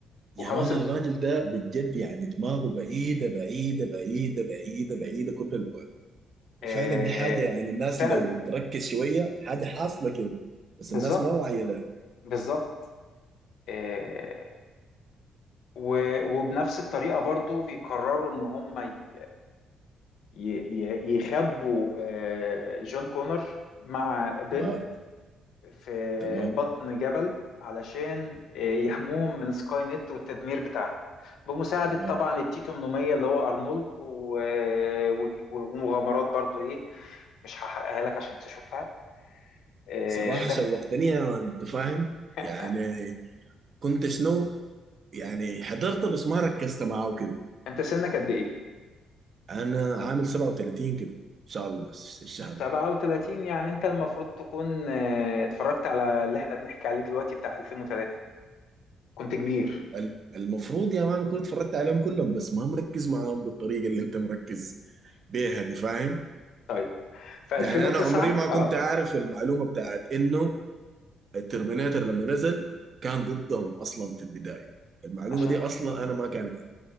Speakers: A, on the right; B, on the left.
A: يا
B: وخلاص
A: مان الراجل ده بجد يعني دماغه بعيدة بعيدة بعيدة بعيدة بعيدة كل البعد وفعلا
B: آه،
A: دي حاجة يعني الناس
B: فعلا
A: لو تركز شوية حاجة حاصلة كده بس
B: بالظبط
A: الناس ما واعية لها
B: بالظبط آه، و- وبنفس الطريقة برضو بيقرروا ان هم ي- ي- ي- يخبوا آه، جون كونر مع بنت
A: اه
B: في
A: تمام
B: بطن جبل علشان آه، يحموهم من سكاي نت والتدمير بتاعها بمساعدة
A: تمام
B: طبعا التيتو منومية اللي هو أرنولد و- و- ومغامرات برضو ايه مش هحرقها لك عشان تشوفها آه،
A: صراحة
B: ده
A: شوقتني يا مان انت فاهم
B: <laughs>
A: يعني كنت شنو يعني حضرت بس ما ركزت معاه كده
B: انت سنك قد ايه؟
A: انا عامل 37 كده ان شاء الله الش- الشهر
B: 37
A: ده
B: يعني انت المفروض تكون آه، اتفرجت على اللي احنا بنحكي عليه دلوقتي بتاع 2003 كنت كبير
A: ال- المفروض يا مان اكون اتفرجت عليهم كلهم بس ما مركز معاهم بالطريقة اللي انت مركز بيها دي فاهم
B: طيب في 2009
A: يعني انا عمري ما كنت
B: اه
A: عارف المعلومة بتاعت انه الترميناتر لما نزل كان ضدهم اصلا في البدايه المعلومه
B: عشان
A: دي اصلا انا ما كانت عندي